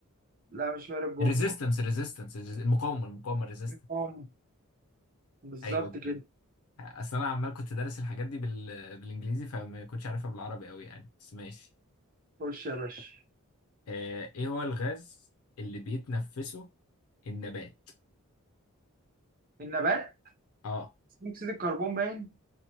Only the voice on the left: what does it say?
الريزيستنس الريزيستنس المقاومه المقاومه الريزيستنس
ايوه
كده اصل انا عمال كنت دارس الحاجات دي بال... بالانجليزي فما كنتش عارفها بالعربي قوي يعني بس ماشي
آه ايه هو الغاز اللي بيتنفسه النبات
اه